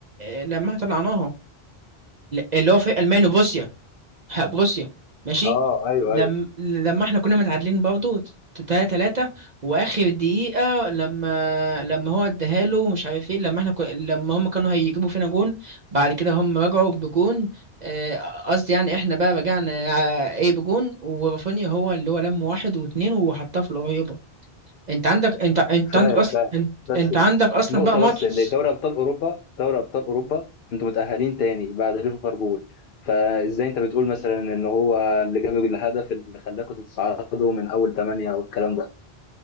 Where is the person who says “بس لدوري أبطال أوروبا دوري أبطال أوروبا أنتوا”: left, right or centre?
Left